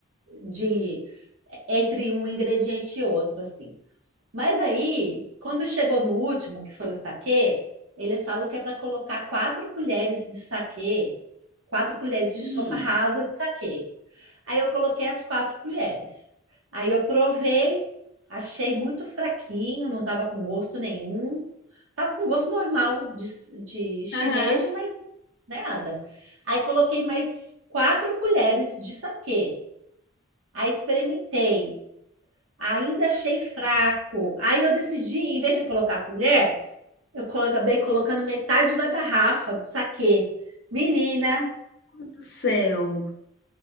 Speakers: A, on the right; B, on the left.
A: De entre um ingrediente e outro, assim. Mas aí, quando chegou no último, que foi o saquê, eles falam que é para colocar quatro colheres de saquê, quatro colheres de
B: uhum,
A: sopa rasa de saquê. Aí eu coloquei as quatro colheres. Aí eu provei, achei muito fraquinho, não estava com gosto nenhum. Estava com gosto normal de, de shimeji,
B: aham.
A: mas nada. Aí coloquei mais quatro colheres de saquê. Aí experimentei ainda achei fraco. Aí eu decidi, em vez de colocar a colher, eu colo- acabei colocando metade da garrafa do saquê. Menina,
B: Deus do céu.